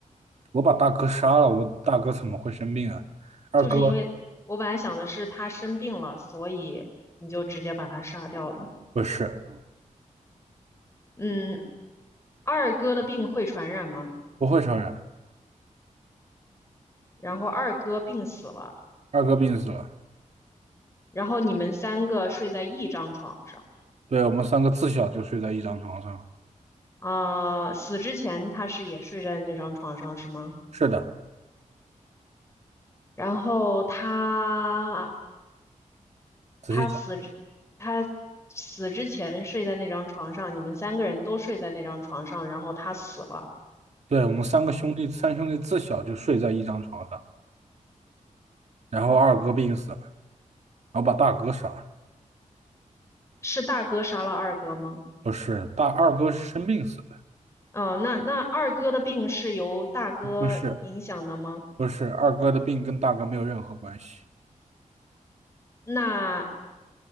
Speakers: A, on the right (about 55°); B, on the left (about 20°).
A: 我把大哥杀了，我大哥怎么会生病啊？二哥
B: 就是因为我本来想的是他生病了，所以你就直接把他杀掉了。
A: 不是，
B: 嗯，二哥的病会传染吗？
A: 不会传染，
B: 然后二哥病死了，
A: 二哥病死了。
B: 然后你们三个睡在一张床上。
A: 对，我们三个自小就睡在一张床上。
B: 啊、死之前他是也睡在那张床上是吗？
A: 是的，
B: 然后他
A: 仔细讲，
B: 他死之他死之前睡在那张床上，你们三个人都睡在那张床上，然后他死了，
A: 对，我们三个兄弟，三兄弟自小就睡在一张床上。然后二哥病死了，然后把大哥杀了。
B: 是大哥杀了二哥吗？
A: 不是，大二哥是生病死的，
B: 哦，那那二哥的病是由大哥影响的吗？
A: 不是，不是，二哥的病跟大哥没有任何关系，
B: 那